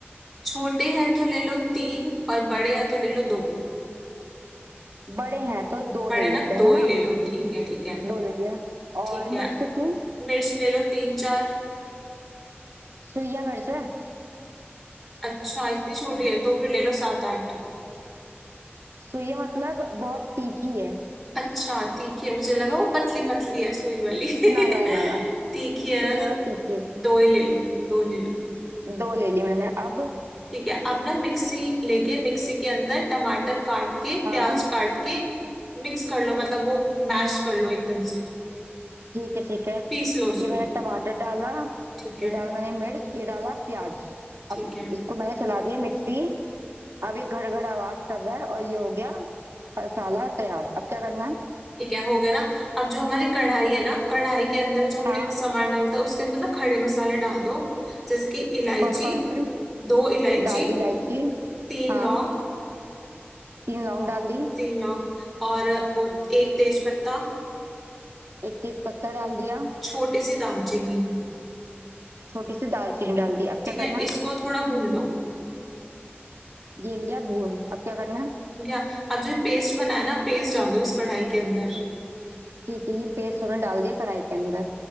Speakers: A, in the centre; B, on the right.
A: छोटे हैं तो ले लो तीन और बड़े हैं तो ले लो दो
B: बड़े हैं तो दो
A: बड़े
B: ले लेते
A: ना
B: हैं
A: दो
B: है
A: ही
B: ना
A: ले लो ठीक है ठीक है
B: दो ले लिया और
A: ठीक है
B: मिर्च कितनी
A: मिर्च ले लो तीन चार
B: सुइया मिर्च है
A: अच्छा इतनी छोटी है तो फिर ले लो सात आठ
B: सुइया मतलब बहुत तीखी है
A: अच्छा तीखी है मुझे लगा वो पतली पतली है सुई वाली
B: ना ना ना ना
A: <laughs> तीखी है
B: सुइया
A: ना तो
B: वाला तीखी
A: दो ही ले लो दो ले लो
B: दो ले ली मैंने अब
A: ठीक है अब ना मिक्सी लेके मिक्सी के अंदर टमाटर काट के
B: हाँ
A: प्याज काट के मिक्स कर लो मतलब वो मैश कर लो एकदम से
B: ठीक है ठीक है
A: पीस लो उसको
B: ये मैंने टमाटर डाला
A: ठीक है
B: ये डाला मैंने मिर्च ये डाला प्याज
A: ठीक
B: अब
A: है
B: इसको मैंने चला दिया मिक्सी अब ये घड़घड़ आवाज कर रहा है और ये हो गया मसाला तैयार अब क्या करना है
A: ठीक है हो गया ना अब जो हमारी कढ़ाई है ना कढ़ाई के अंदर जो हमने
B: हाँ
A: सामान डालता है उसके अंदर ना खड़े मसाले डाल दो जैसे कि इलायची
B: कौन कौन से
A: दो इलायची
B: डाल दी इलायची
A: तीन
B: हाँ
A: लौंग
B: तीन लौंग डाल दी
A: तीन लौंग और वो एक तेज पत्ता
B: एक तेज पत्ता डाल दिया
A: छोटी सी दालचीनी
B: छोटी सी दालचीनी डाल दी अब
A: ठीक
B: क्या
A: है
B: करना
A: इसको
B: है
A: थोड़ा भून लो
B: ये लिया भून अब क्या करना है?
A: ठीक है अब जो पेस्ट बनाया ना पेस्ट डाल दो इस कढ़ाई के अंदर
B: ठीक है ये पेस्ट हमने डाल दिया कढ़ाई के अंदर